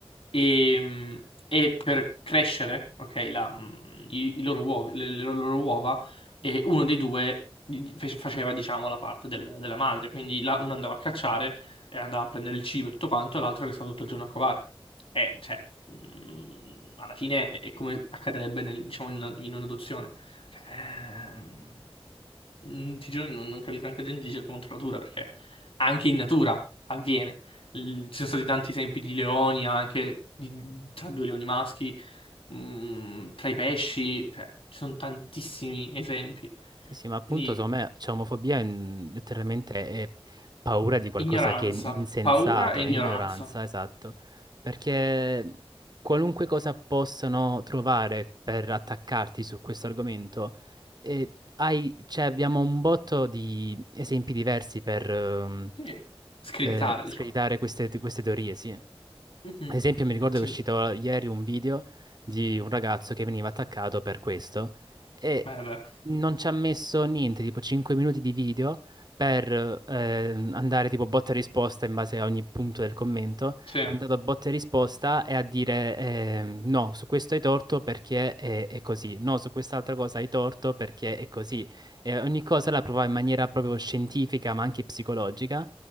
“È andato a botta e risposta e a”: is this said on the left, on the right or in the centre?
Right